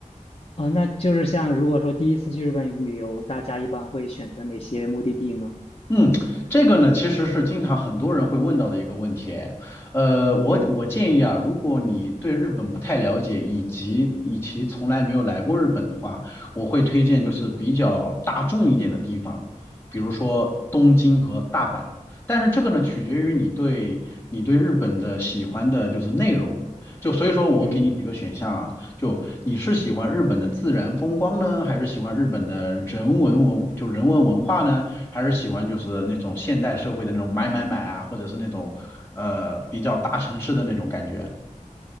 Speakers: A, on the left; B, on the left.
A: 呃，那就是像如果说第一次去日本旅游，大家一般会选择哪些目的地呢？
B: 嗯，这个呢，其实是经常很多人会问到的一个问题哎。呃，我我建议啊，
A: 嗯
B: 如果你对日本不太了解，以及以及从来没有来过日本的话，我会推荐就是比较大众一点的地方，比如说东京和大阪。但是这个呢，取决于你对你对日本的喜欢的就是内容。就所以说我给你几个选项啊，
A: 嗯，
B: 就你是喜欢日本的自然风光呢，还是喜欢日本的人文文，就人文文化呢，还是喜欢就是那种现代社会的那种买买买啊，或者是那种呃比较大城市的那种感觉？